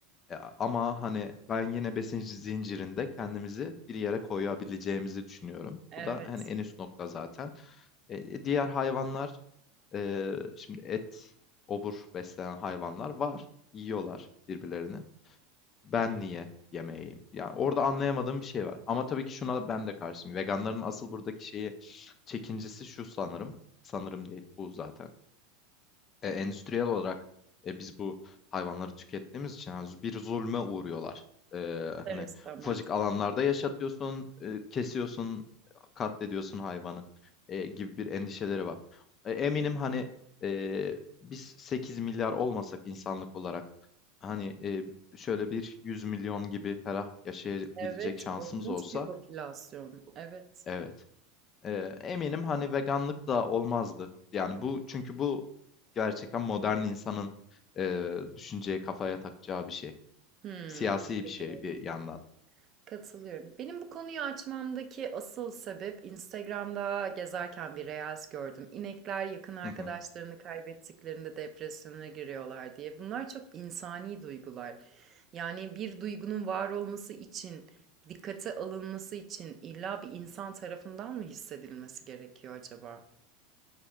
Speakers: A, on the left (about 30°); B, on the right (about 35°).
A: Eee, ama hani ben yine besin zincirinde kendimizi bir yere koyabileceğimizi düşünüyorum.
B: Evet,
A: Bu da hani en üst nokta zaten. Eee, diğer hayvanlar Eee, şimdi et, obur besleyen hayvanlar var. Yiyorlar birbirlerini. Ben niye yemeyeyim? Yani orada anlayamadığım bir şey var. Ama tabii ki şuna ben de karşıyım. Veganların asıl buradaki şeyi çekincesi şu sanırım. Sanırım değil bu zaten e, endüstriyel olarak e, biz bu hayvanları tükettiğimiz için hani bir zulme uğruyorlar. E,
B: ister
A: hani
B: istemez.
A: ufacık alanlarda yaşatıyorsun, e, kesiyorsun, katlediyorsun hayvanı e, gibi bir endişeleri var. E, eminim hani e, biz 8 milyar olmasak insanlık olarak hani e, şöyle bir 100 milyon gibi ferah yaşayabilecek
B: Evet,
A: şansımız
B: korkunç
A: olsa
B: bir popülasyon. Evet.
A: evet Eee, eminim, hani, veganlık da olmazdı. Yani, bu çünkü bu gerçekten modern insanın, eee, düşünceye, kafaya takacağı bir şey.
B: Hımm.
A: Siyasi
B: Katılıyorum.
A: bir şey bir yandan.
B: Katılıyorum. Benim bu konuyu açmamdaki asıl sebep Instagram'da gezerken bir reels gördüm. İnekler yakın arkadaşlarını
A: Hı hı.
B: kaybettiklerinde depresyona giriyorlar diye. Bunlar çok insani duygular. Yani bir duygunun var olması için, dikkate alınması için illa bir insan tarafından mı hissedilmesi gerekiyor acaba?